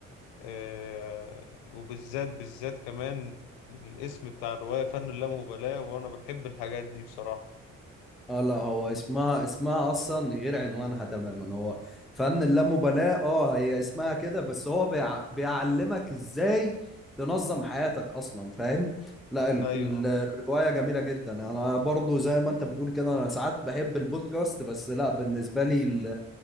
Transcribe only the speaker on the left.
آه، وبالذات بالذات كمان الاسم بتاع الرواية فن اللامبالاة وانا بحب الحاجات دي بصراحة
ايوه